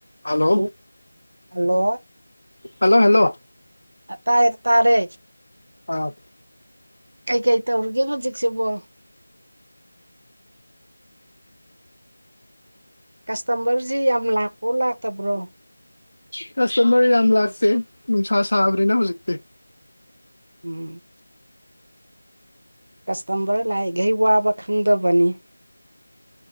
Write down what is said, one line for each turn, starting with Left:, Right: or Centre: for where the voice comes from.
Left: ꯍꯜꯂꯣ
Right: ꯍꯨꯝ ꯍꯜꯂꯣ
Left: ꯍꯜꯂꯣ ꯍꯦꯜꯂꯣ
Right: ꯑ ꯇꯥꯏꯌꯦ ꯇꯥꯔꯦ
Left: ꯑꯥ
Right: ꯀꯩ ꯀꯩ ꯇꯧꯔꯤꯒꯦ ꯍꯧꯖꯤꯛꯁꯤꯕꯣ ꯀꯁꯇꯃꯔꯖꯤ ꯌꯥꯝ ꯂꯥꯛꯄ꯭ꯔꯣ ꯂꯥꯛꯇꯕ꯭ꯔꯣ
Left: ꯀꯁꯇꯃꯔ ꯌꯥꯝ ꯂꯥꯛꯇꯦ ꯅꯨꯡꯁꯥ ꯁꯥꯕꯅꯤꯅꯥ ꯍꯧꯖꯤꯛꯇꯤ
Right: ꯎꯝ ꯀꯁꯇꯃꯔ ꯂꯥꯛꯏꯈꯩ ꯋꯥꯕ ꯈꯪꯗꯕꯅꯤ